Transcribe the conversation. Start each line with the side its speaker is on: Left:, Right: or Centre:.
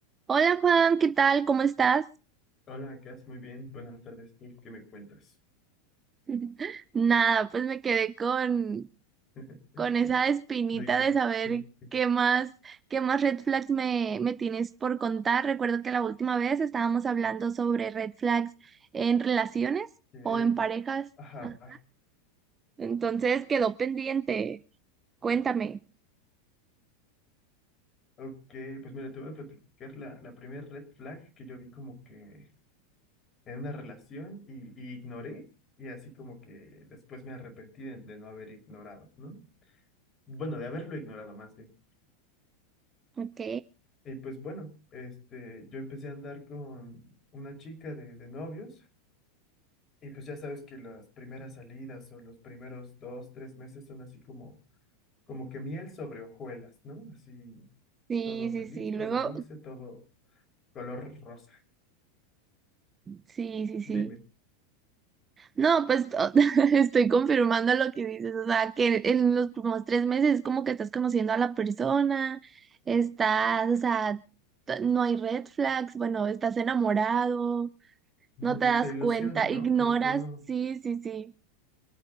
Right: Hola Juan, ¿qué tal? ¿Cómo estás?
Left: Hola, Cas, muy bien. Buenas tardes. ¿Tú qué me cuentas?
Right: <laughs> Nada, pues me quedé con,
Left: <laughs>
Right: con esa espinita
Left: ¿De qué?
Right: de saber
Left: ¿De qué?
Right: qué más, qué más red flags me, me tienes por contar. Recuerdo que la última vez estábamos hablando sobre red flags en relaciones
Left: ¿Qué?
Right: o en parejas.
Left: Ajá.
Right: Ah, Entonces quedó pendiente. Cuéntame.
Left: Ok, pues mira, te voy a platicar la, la primera red flag que yo vi como que en una relación y, y ignoré y así como que después me arrepentí de, de no haber ignorado, ¿no? Bueno, de haberlo ignorado más bien.
Right: Ok.
Left: Y pues bueno, este, yo empecé a andar con una chica de, de novios y pues ya sabes que las primeras salidas o los primeros dos, tres meses son así como como que miel sobre hojuelas, ¿no? Así,
Right: Sí,
Left: todo feliz,
Right: sí, sí.
Left: todo
Right: Luego,
Left: dulce, todo color rosa.
Right: sí, sí, sí.
Left: Dime.
Right: No, pues o- <laughs> estoy confirmando lo que dices, o sea, que en los últimos tres meses es como que estás conociendo a la persona, estás, o sea, t- no hay red flags, bueno, estás enamorado,
Left: Ujú,
Right: no te das
Left: Te ilusiona,
Right: cuenta,
Left: ¿no?
Right: ignoras,
Left: Como que uno,
Right: sí, sí, sí,